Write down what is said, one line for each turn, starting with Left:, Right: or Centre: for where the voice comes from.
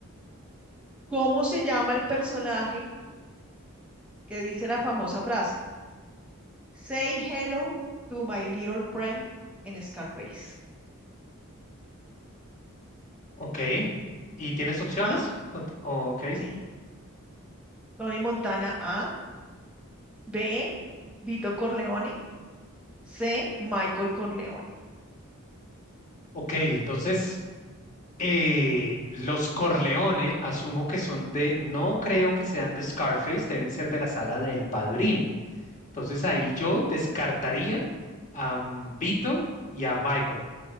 Centre: ¿cómo se llama el personaje que dice la famosa frase? Say hello to my little friend en Scarface.
Left: Ok. ¿Y tienes opciones?
Centre: ¿Ah?
Left: O- o- ok.
Centre: Sí. Tony Montana A. B. Vito Corleone. C. Michael Corleone.
Left: Ok, entonces eh, los Corleone asumo que son de, no creo que sean de Scarface, deben ser de la saga del Padrino. Entonces ahí yo descartaría a mm, Vito y a Michael.